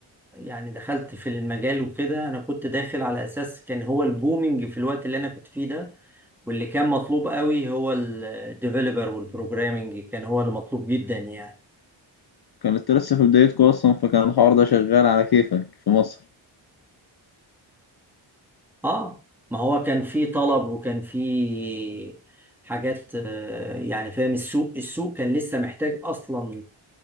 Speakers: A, in the centre; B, on the left.
A: يعني دخلت في المجال وكده انا كنت داخل على اساس كان هو البومينج في الوقت اللي انا كنت فيه ده واللي كان مطلوب قوي هو الديفلوبر والبروجرامينج كان هو اللي مطلوب جدا يعني
B: كانت لسه في بدايتكم اصلا فكان الحوار ده شغال على كيفك في مصر
A: اه ما هو كان في طلب وكان في حاجات آه، يعني فاهم السوق السوق كان لسه محتاج اصلا